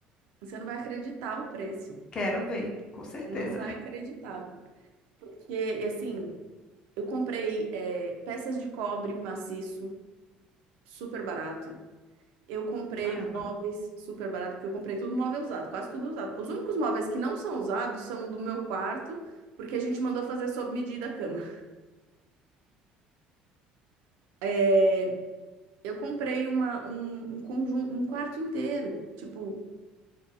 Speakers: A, on the right; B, on the left.
A: Você não vai acreditar o preço.
B: Quero ver, com certeza.
A: Você não vai acreditar. Porque, assim, eu comprei é, peças de cobre maciço, super barato. Eu comprei
B: Caramba.
A: móveis super barato, porque eu comprei tudo móvel usado, quase tudo usado. Os únicos móveis que não são usados são o do meu quarto, porque a gente mandou fazer sob medida a cama. É, eu comprei uma, um, um conjunto, um quarto inteiro, tipo,